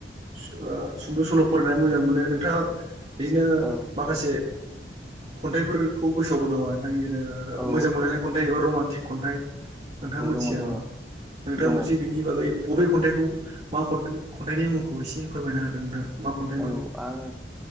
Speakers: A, on the right; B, in the centre.
A: सु ओ सुंद' सल' फरायनायनानै मोजां मोनो नोंथां बिदिनो
B: औ
A: माखासे खन्थाइफोरखौ गोसोआव दं नामा नोंथां इदिनो
B: औ
A: मोजां मोनलायनाय खन्थाइ एबा रमान्टिक खन्थाइ नोंथां मोनसिया
B: दङ दङ
A: औ नोंथां
B: दङ
A: मोनसे बिनि बागै बबे खन्थाइखौ मा खन खन्थाइनि मुंखौ एसे फोरमायनो होदों नोंथां मा खन्थाइमोन
B: औ आं